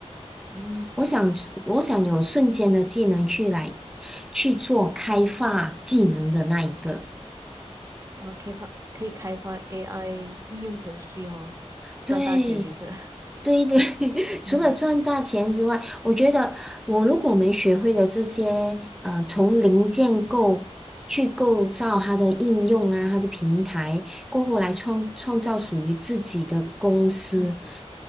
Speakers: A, on the right; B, in the centre.
A: 嗯，
B: 我想，我想有瞬间的技能去来去做开发技能的那一个。
A: 啊，开发可以开发 AI 应用程序哦，
B: 对，
A: 赚大钱也是。<laughs>
B: <laughs> 对对，<laughs> 除了赚大钱之外，
A: 嗯
B: 我觉得我如果没学会的这些，呃，从零建构去构造它的应用啊，它的平台，过后来创创造属于自己的公司，
A: 嗯